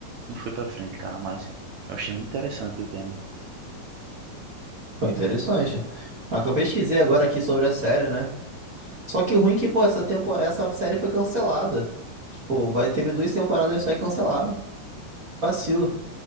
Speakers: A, on the right; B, on the right.
A: não foi para frente, cara, mas eu achei muito interessante o tema.
B: Foi interessante. Mas que eu pesquisei agora aqui sobre a série, né? Só que o ruim é que, pô, essa, tempo... essa série foi cancelada. Tipo, vai... teve duas temporadas só e cancelaram. Que vacilo.